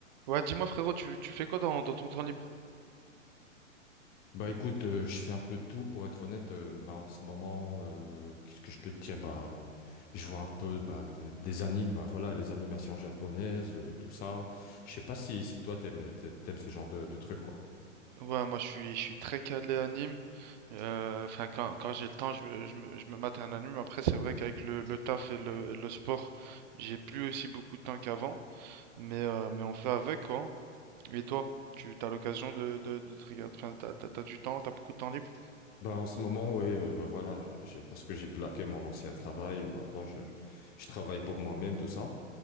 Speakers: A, on the right; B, on the left.
A: Ouais, dis-moi frérot, tu, tu fais quoi dans, dans ton temps libre?
B: Bah écoute, euh, je fais un peu de tout pour être honnête. euh, bah en ce moment, euh, qu'est-ce que je peux te dire? Bah je vois un peu bah, de- des animes, bah, voilà, les animations japonaises, euh, tout ça. Je sais pas si si toi t'aimes t'a- t'aimes ce genre de, de trucs quoi.
A: Ouais, moi je suis, je suis très calé anime. Euh, Enfin, quand, quand j'ai le temps, je, je me je me mate un anime. Après, c'est vrai qu'avec le, le taf et le, et le sport, j'ai plus aussi beaucoup de temps qu'avant. Mais, euh, mais on fait avec quoi. Et toi, tu as l'occasion de, de, de te regarder. Enfin, t'as, t'as, t'as du temps, t'as beaucoup de temps libre.
B: Bah en ce moment, ouais, euh, bah, voilà, je- j'ai parce que j'ai plaqué mon ancien travail. Maintenant, je je travaille pour moi-même, tout ça.